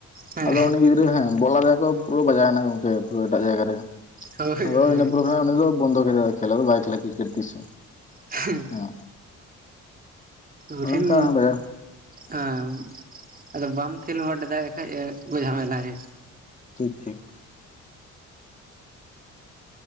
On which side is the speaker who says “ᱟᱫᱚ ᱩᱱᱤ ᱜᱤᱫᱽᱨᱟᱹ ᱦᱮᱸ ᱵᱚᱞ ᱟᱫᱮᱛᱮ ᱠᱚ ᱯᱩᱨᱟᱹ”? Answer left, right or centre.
Left